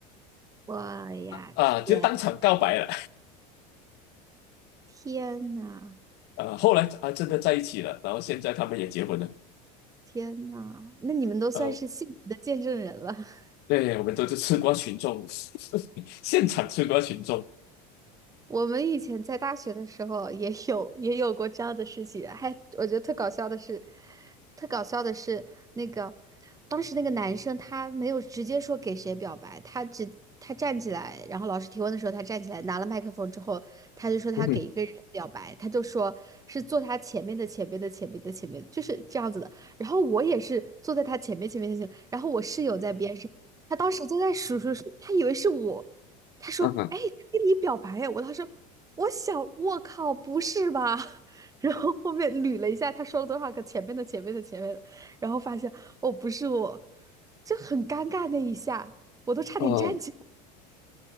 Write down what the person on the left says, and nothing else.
啊、就当场告白了。
<laughs> 呃，后来啊真的在一起了，然后现在他们也结婚了。
呃，
对，我们都是吃瓜群众，<laughs> 现场吃瓜群众。
嗯
啊哈，
哦，